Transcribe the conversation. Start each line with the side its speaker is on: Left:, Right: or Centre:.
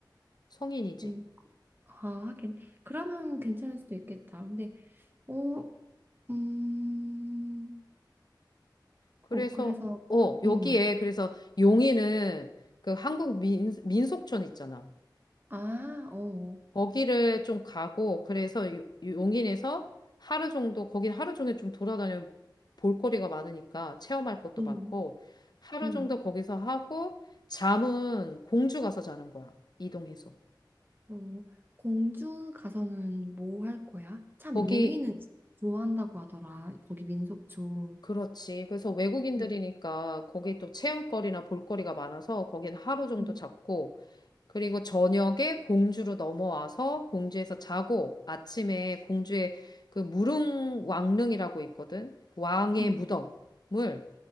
Left: 성인이지.
Right: 어, 아, 하긴. 그러면 괜찮을 수도 있겠다. 근데, 어, 음,
Left: 그래서
Right: 어, 그래서,
Left: 어, 여기에
Right: 음,
Left: 그래서 용인은 그 한국 민, 민속촌 있잖아.
Right: 아, 어, 어,
Left: 거기를 좀 가고 그래서 요- 용인에서 하루 정도 거긴 하루 종일 좀 돌아다녀 볼거리가 많으니까 체험할 것도
Right: 음,
Left: 많고 하루
Right: 음,
Left: 정도 거기서 하고 잠은 공주 가서 자는 거야. 이동해서.
Right: 어, 공주 가서는 뭐 할 거야? 참,
Left: 거기
Right: 용인은 좋아한다고 하더라. 거기 민속촌.
Left: 그렇지. 그래서 외국인들이니까
Right: 음,
Left: 거기 또 체험거리나 볼거리가 많아서 거긴 하루 정도
Right: 음,
Left: 잡고 그리고 저녁에 공주로 넘어와서 공주에서 자고 아침에 공주의 그 무릉 왕릉이라고 있거든. 그 왕의
Right: 음.
Left: 무덤을